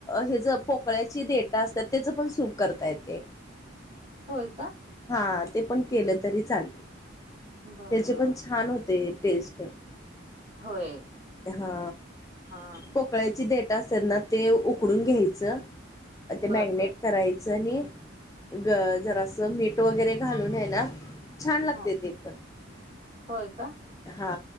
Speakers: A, on the left; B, on the right.
A: हे ज पोकळ्याची डेटा असतात त्याचं पण सूप करता येते. <inaudible>
B: होय का?
A: हा ते पण केलं तरी चालेल,
B: बरं
A: त्याची पण छान होते टेस्ट.
B: होय.
A: हा.
B: हा
A: पोकळ्याची देट असत्यात ना ते उकडून घ्यायचं. ते
B: बर
A: मॅगिनेट
B: बर
A: करायचं आणि ग जरासं मीठ वगैरे घालून आहे ना, छान लागते
B: ह
A: ते पण.
B: होय का
A: हा.